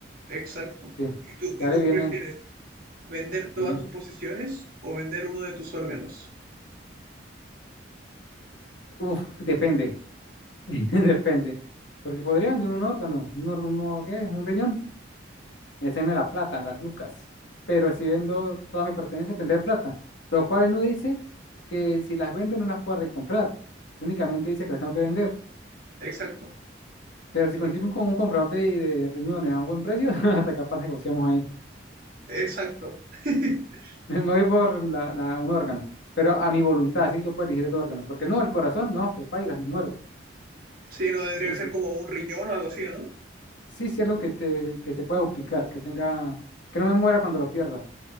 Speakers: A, on the right; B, on the left.
A: exacto.
B: Sí,
A: ¿Y tú, y
B: ya
A: tú
B: le
A: qué
B: viene,
A: prefieres? ¿Vender todas
B: dime.
A: tus posiciones o vender uno de tus órganos?
B: Uf, depende, <laughs> depende. Porque podría vender un órgano, un, or- uno, ¿qué? Un riñón y hacerme la plata, las lucas. Pero si vendo toda mi pertenencia tendré plata, lo cual no dice que si las vendo no las pueda recomprar, únicamente dice que las tengo que vender.
A: Exacto,
B: Pero si
A: tal
B: consigo
A: cual.
B: un, co- un comprador de, de riñones a un buen precio, <laughs> hasta capaz negociamos ahí.
A: Exacto. <laughs>
B: <laughs> Me voy por la, la- un órgano, pero a mi voluntad, así que yo puedo elegir el órgano. Porque no, el corazón, no, pues paila, me muero.
A: Sí, no, tendría
B: Sí,
A: que
B: sí.
A: ser como un riñón o algo así, ¿o no?
B: Sí, sí, algo que, te, que se pueda duplicar, que tenga, que no me muera cuando lo pierda.